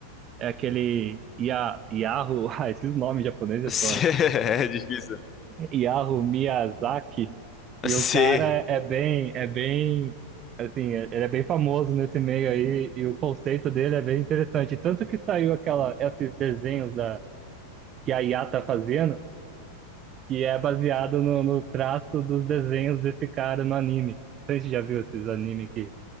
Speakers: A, on the right; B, on the left.
A: é aquele Ia, Yahoo, <laughs> ah, esses nomes japoneses,
B: <laughs> C-
A: pô,
B: É difícil.
A: Hayao Miyazaki e
B: C.
A: o cara é bem, é bem, assim, é- ele é bem famoso nesse meio aí e o conceito dele é bem interessante. Tanto que saiu aquela, esses desenhos da, que a IA tá fazendo, que é baseado no, no traço dos desenhos desse cara no anime. Não sei se você já viu esses anime que,